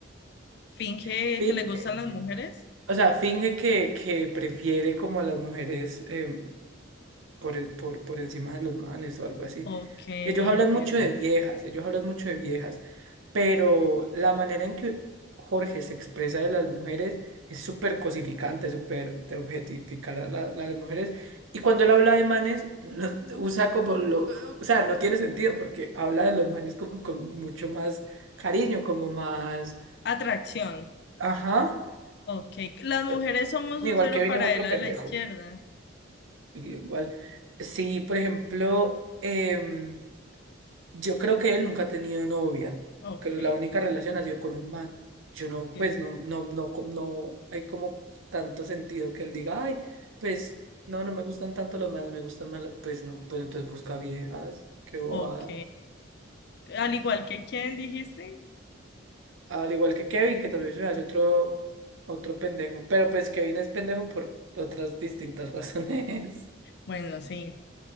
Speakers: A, on the left (about 55°); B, on the right (about 85°).
A: Finge
B: Finge,
A: que le gustan las mujeres.
B: o sea, finge que, que prefiere como a las mujeres. eh, por, e- por, por encima de los manes o algo así.
A: Ok, entiendo.
B: Ellos hablan mucho de viejas, ellos hablan mucho de viejas, pero la manera en que Jorge se expresa de las mujeres es súper cosificante, súper de objetificar a la- las mujeres. Y cuando él habla de manes, lo- usa como lo... O sea, no tiene sentido porque habla de los manes como con mucho más cariño, como más...
A: Atracción.
B: Ajá.
A: Ok. Las mujeres
B: eh,
A: somos
B: Igual
A: un cero
B: que viene
A: para
B: otro
A: él a
B: pendejo.
A: la izquierda.
B: Igual. Sí, por ejemplo... em, Yo creo que él nunca ha tenido novia,
A: Ok.
B: que la única relación ha sido con un man. Yo no,
A: sí,
B: pues no, no, no, co- no hay como tanto sentido que él diga, ay, pues no, no me gustan tanto los manes, me gustan más, las-". pues no, pues entonces busca viejas, qué bobada.
A: Ok. Al igual que quién dijiste.
B: Al igual que Kevin, que también se me hace otro, otro pendejo, pero pues Kevin es pendejo por otras distintas <laughs> razones.
A: Bueno, sí.